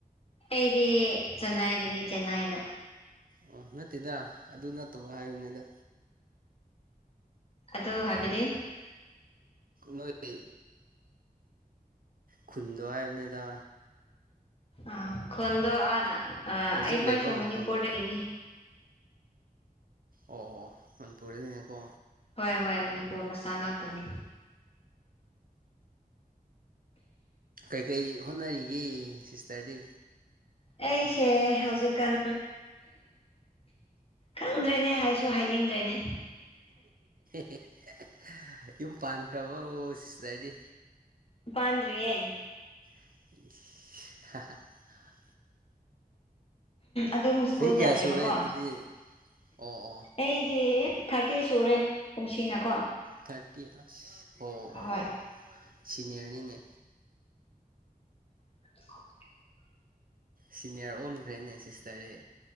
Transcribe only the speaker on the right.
ꯑꯣ ꯅꯠꯇꯦꯗ ꯑꯗꯨ ꯅꯠꯇꯕ ꯍꯥꯏꯕꯅꯤꯗ
ꯅꯣꯏ ꯈꯨꯟꯗ ꯍꯥꯏꯅꯦꯗ
ꯍꯧꯖꯤꯛ
ꯂꯩꯕ ꯃꯐꯝꯗꯣ
ꯑꯣ ꯃꯄꯅꯦꯀꯣ
ꯀꯩꯀꯩ ꯍꯣꯠꯅꯔꯤꯒꯦ ꯁꯤꯁꯇꯔꯗꯤ
<inaudible> ꯌꯨꯝ ꯄꯥꯟꯈ꯭ꯔꯕ ꯁꯤꯗꯗꯤ
<inaudible>
ꯆꯍꯤ ꯀꯌꯥ
ꯁꯨꯔꯦ ꯑꯗꯨꯗꯤ ꯑꯣ ꯑꯣ
ꯊꯥꯔꯇꯤ ꯑ ꯑꯣ
ꯁꯤꯅꯤꯌꯔꯅꯤꯅꯦ
ꯁꯤꯅꯤꯌꯥꯔ ꯑꯣꯟꯈ꯭ꯔꯦꯅꯦ ꯁꯤꯁꯇꯔꯗꯤ